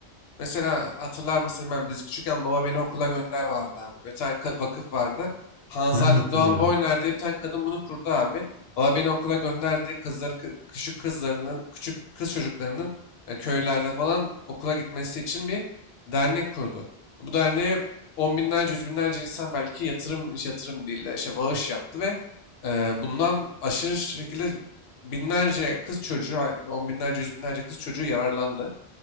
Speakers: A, on the left; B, on the right.
A: Mesela hatırlar mısın bilmem biz küçükken baba beni okula gönder vardı abi. Bir tane ka- vakıf vardı. Hanzade
B: <laughs> Aha, Hatırlıyorum.
A: Doğan Boyner diye bir tane kadın bunu kurdu abi. Baba beni okula gönder diye kızları, kı- küçük kızlarının, küçük kız çocuklarının e, köylerde falan okula gitmesi için bir dernek kurdu. Bu derneğe on binlerce, yüz binlerce insan belki yatırım, yatırım değil de şey bağış yaptı ve e, bundan aşırı şekilde binlerce kız çocuğu, on binlerce, yüz binlerce kız çocuğu yararlandı.